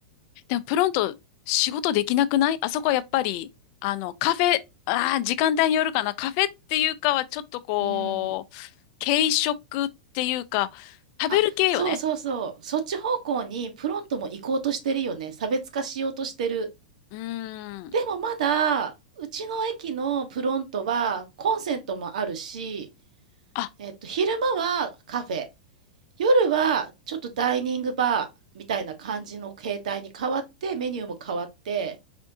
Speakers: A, on the left (about 45°); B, on the right (about 75°).
A: でもプロント仕事できなくないあそこはやっぱり、あの、カフェ、ああ、時間帯によるかな。カフェっていうかはちょっとこう、
B: う。うん。
A: 軽食っていうか、食べる系よね。
B: あ、そうそうそう。そっち方向にプロントも行こうとしてるよね。差別化しようとしてる。
A: うーん。
B: でもまだ、うちの駅のプロントはコンセントもあるし、
A: あ、
B: えっと、昼間はカフェ、夜はちょっとダイニングバーみたいな感じの形態に変わって、メニューも変わって